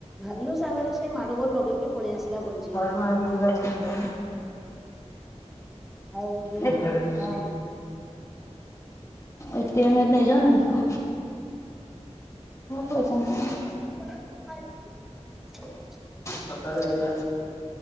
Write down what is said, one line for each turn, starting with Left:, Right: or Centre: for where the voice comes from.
Centre: ଭାଲୁ ସାଙ୍ଗରେ ସେ ମାଡ ଗୋଳ ଲଗେଇକି ପଳେଇ ଆସିଲା ବଞ୍ଚିକି।
Left: ା ବି
Centre: ଆଉ ଯୋଉ
Left: ଏ ଫସ
Centre: ହଁ
Left: ଏତେ ନେଇଯ ନେଇଯ ପଇସା ନ
Centre: <inaudible>
Left: ପଟ ନେଇ